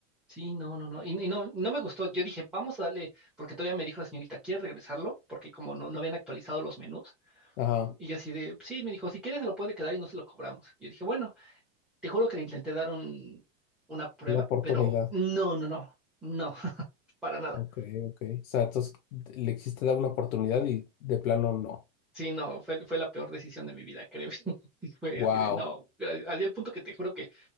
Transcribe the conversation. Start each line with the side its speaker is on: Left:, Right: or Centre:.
Centre: sí, no, no, no. Y, y no, no me gustó. Yo dije, vamos a darle, porque todavía me dijo la señorita, ¿quieres regresarlo? Porque como no, no habían actualizado los menús.
Left: Ajá,
Centre: Y yo así de, sí, me dijo, si quieres se lo puede quedar y no se lo cobramos. Y yo dije, bueno. Te juro que le intenté dar un, una prueba,
Left: una oportunidad.
Centre: pero no, no, no, no, <laughs> para nada.
Left: Ok, ok. O sea, entonces le existe dar una oportunidad y de plano no.
Centre: Sí, no, fue, fue la peor decisión de mi vida, creo. <laughs> Y Fue
Left: Wow,
Centre: así de, no, gracias. Así al punto que te juro que